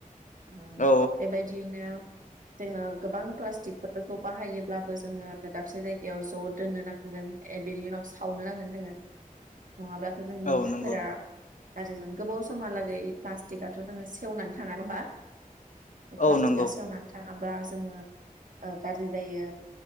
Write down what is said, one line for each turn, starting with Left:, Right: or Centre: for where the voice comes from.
Right: ओ
Left: औ
Right: बेबायदियैनो जोंङो गोबां प्लास्टिकफोरखौ बाहायोब्लाबो जोंङो दाबसे जायगायाव ज' दोननो नांगोन ए बेनि उनाव सावनो नांगोन जोङो । नङाब्लाथ' जोंनि
Left: औ
Right: खाफोरा
Left: नंगौ
Right: गाज्रिजों गोबाव समहालागै प्लास्टिकथ' जोङो सेवनानै थाङा <unintelligible> बे
Left: औ
Right: प्लास्टिकआ
Left: नंगौ
Right: सेवनानै थाङाब्ला जोङो ओ गाज्रि जायो